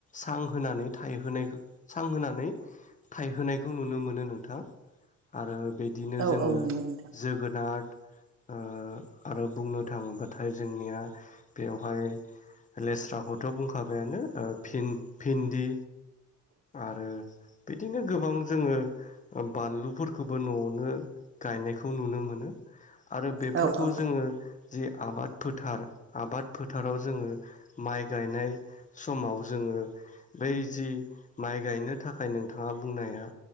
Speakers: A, on the left; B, on the right.
A: सां होनानै थायहोनायखो सां होनानै थायहोनायखौ नुनो मोनो नोंथां आरो बिदिनो
B: औ
A: जोङो
B: औ नंगौ नोंथां
A: जोगोनारद ओ आरो बुंनो थाङोबाथाय जोंनिया बेवहाय लेस्राखौथ' बुंखाबायानो ओ फिन भिन्दि आरो बिदिनो गोबां जोङो बानलुफोरखोबो नआवनो गायनायखौ नुनो मोनो। आरो बेफोरखौ
B: औ औ
A: जोङो जि आबाद फोथार आबाद फोथाराव जोङो माइ गायनाय समाव जोङो बै जि माइ गायनो थाखाय नोंथाङा बुंनाय हा